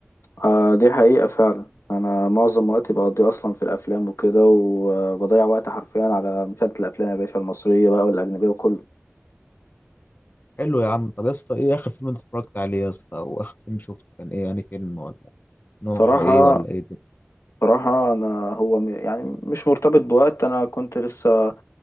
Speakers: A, on the left; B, on the left.
A: آه دي حقيقة فعلا انا معظم وقتي بقضيه اصلا في الافلام وكده وبضيع وقت حرفيا على مشاهدة الافلام يا باشا المصرية بقى والاجنبية وكله
B: حلو يا عم طب يا اسطى ايه اخر فيلم انت اتفرجت عليه يا اسطى او اخر فيلم شفته كان ايه يعني فيلم ولا نوعه
A: صراحة
B: ايه ولا ايه دي
A: صراحة انا هو م- يعني مش مرتبط بوقت انا كنت لسه